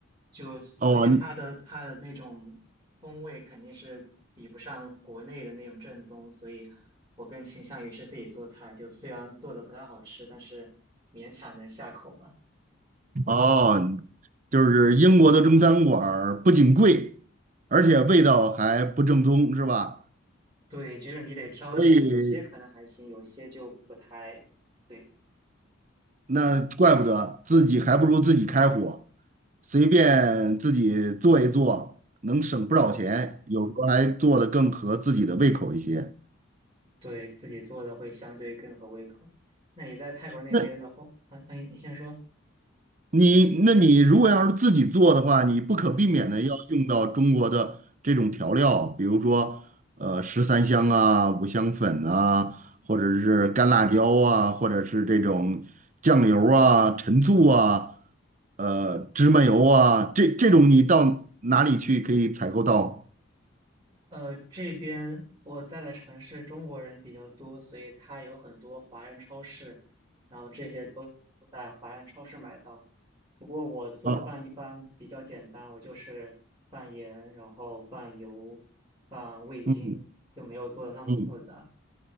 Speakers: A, on the right; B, on the right.
A: 就而且它的它的那种风味肯定是比不上国内的那种正宗，
B: 哦
A: 所以我更倾向于是自己做菜，就虽然做的不太好吃，但是勉强能下口吧。
B: 哦，就是英国的中餐馆儿不仅贵，而且味道还不正宗，是吧？
A: 对，就是你得挑选，
B: 所以。
A: 有些可能还行，有些就不太对。
B: 那怪不得自己还不如自己开火，随便自己做一做，能省不少钱，
A: 对呀，
B: 有时候还做的更合自己的胃口一些。
A: 对自己做的会相对更合胃口。那你在泰国那边的话，
B: 那
A: 啊，那你先说，
B: 你那你如果要是自己做的话，你不可避免的要用到中国的这种调料，
A: 嗯
B: 比如说呃十三香啊、五香粉啊，或者是干辣椒啊，或者是这种酱油啊、陈醋啊、呃芝麻油啊，
A: 嗯。
B: 这这种你到哪里去可以采购到
A: 呃，这边我在的城市中国人比较多，所以它有很多华人超市，然后这些都在华人超市买到。不过我做饭一般比较简单，
B: 啊？
A: 我就是放盐，然后放油，放味精，
B: 嗯
A: 就没有做的那么复杂。
B: 嗯。